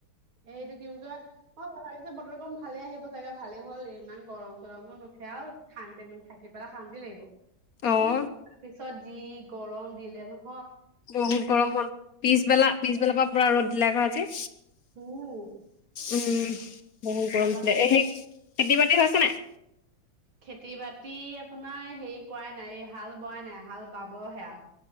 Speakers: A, on the right; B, on the left.
A: এই এইটো কি বুলি কয় অ, ভাবিছোঁ বতৰ গম ভালে আহিব চাগে ভালে হ'ল ইমান গৰম-চৰমো আৰু শান্তি মানে থাকি পেলাই শান্তি লাগিব
B: অ' অ'
A: ই তাৰপিছত যি গৰম দিলে ন।
B: বহুত গৰম হ'ল পিছবেলা-পিছবেলাৰ পৰা পুৰা ৰ'দ দিলে আকৌ আজি।
A: উম,
B: উম, বহুত গৰম
A: তাৰপৰা
B: দিছিলে।
A: সেই
B: এ হেই খেতি-বাতি হৈছে নাই?
A: খেতি-বাতি আপোনাৰ হেৰি কৰাই নাই, হাল বোৱাই নাই হাল বাবহে আৰু।